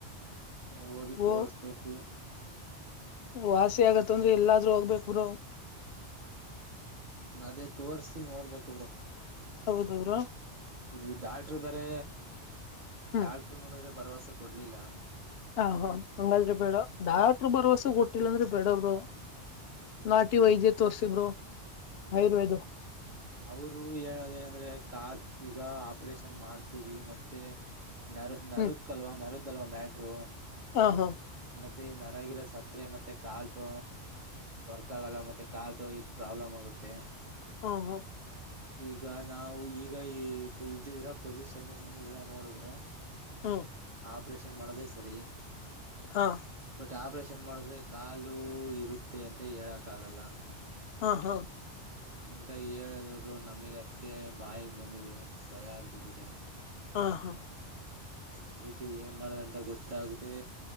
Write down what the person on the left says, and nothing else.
ಓ ವಾಸಿ ಆಗತ್ತ ಅಂದ್ರೆ ಎಲ್ಲಾದ್ಹೋಗ್ಬೇಕರು
ಹೌದು ಬ್ರೋ
ಹ್ಮ್
ಹ ಹಾ ಹಂಗಾದ್ರಿ ಬೇಡ ರು ಭರವಸೆ ಕೊಟ್ಟಿಲ್ಲಂದ್ರಿ ಬೇಡಬ್ರು ನಾಟಿ ವೈದ್ಯ ತೋರ್ಸಿಬರು ಆಯುರ್ವೇದ
ಹ್ಮ್
ಹ ಹಾ
ಹಾ ಹಾ
ಹಾ
ಹಾ
ಹಾ ಹಾ
ಆಾ ಹಾ